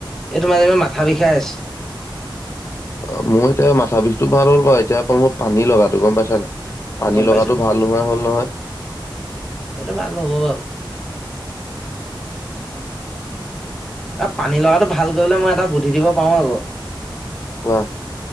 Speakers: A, in the centre; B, on the left.
A: এই তোমাৰ যেনিবা মাথা বিষাই আছে। <inaudible>
B: অ', মোৰ এতিয়া মাথা বিষতটো ভাল হ'ল বাৰু এতিয়া অকল মোৰ পানী লগাটো গম পাইছানাই? পানী
A: গম
B: লগাটো
A: পাইছো গম
B: ভাল
A: পাইছো
B: নোহোৱা হ'ল নহয়।
A: এইটো ভাল হ'ব বাৰু অ', পানী লগাটো ভাল কৰিবলে মই এটা বুদ্ধি দিব পাৰো আকৌ।
B: কোৱা।